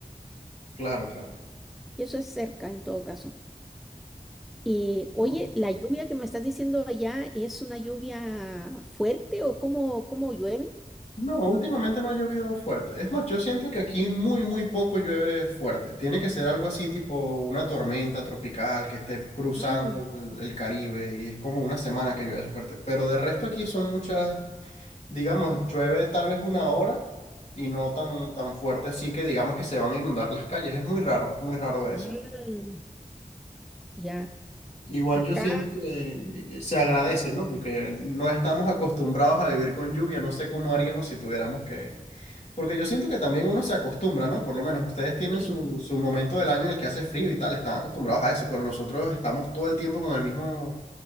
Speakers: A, on the left (about 50°); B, in the centre.
A: Claro,
B: Y eso es cerca en todo caso. Y oye,
A: claro.
B: la lluvia que me estás diciendo allá, ¿es una lluvia fuerte o cómo, cómo llueve?
A: No, últimamente no ha llovido fuerte. Es más, yo siento que aquí muy, muy poco llueve fuerte. Tiene que ser algo así tipo una tormenta tropical que esté cruzando
B: Ah,
A: el, el Caribe y es como una semana que llueve fuerte. Pero de resto aquí son muchas, digamos, llueve tal vez una hora y no tan, tan fuerte así que digamos que se van a inundar las calles. Es muy raro, muy raro ver eso.
B: ah, ya,
A: Igual
B: acá,
A: yo siento que se agradece,
B: Ajá.
A: ¿no? Porque no estamos acostumbrados a vivir con lluvia. No sé cómo haríamos si tuviéramos que Porque yo siento que también uno se acostumbra, ¿no? Por lo menos ustedes tienen
B: sí.
A: su, su momento del año en el que hace frío y tal, están acostumbrados a eso, pero nosotros estamos todo el tiempo con el mismo,